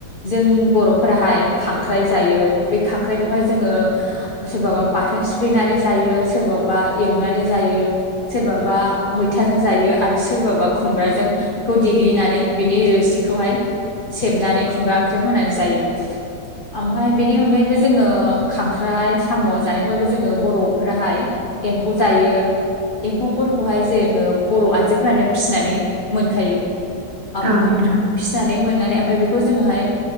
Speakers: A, on the left; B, on the right.
A: जों बर'फोराहाय खांख्राय जायो ।बे खां खांख्रायखौहाय जोङो सोरबाबा बाथोन सिफ्लेनानै जायो सोरबाबा एवनानै जायो। सोरबाबा मैथाजों जायो आरो सोरबाबा खुमब्राजों बेखौ देग्लिनानै बिनि रोसिखौहाय सेबनानै खुमब्रा ओंख्रियाव होनानै जायो।
B: <inaudible>
A: ओमफ्राय बेनि अनगायैबो जोङो खांख्राइ साम' जानायखौहायबो जोङो बर'फोराहाय एम्फौ जायो । एम्फौफोरखौहाय जोङो बर' आइजोफोरानो फिसिनानै मोनखायो। ओमफाय
B: औ नोंथां
A: फिसानै मोननानै ओमफ्राय बेखौ जोङोहाय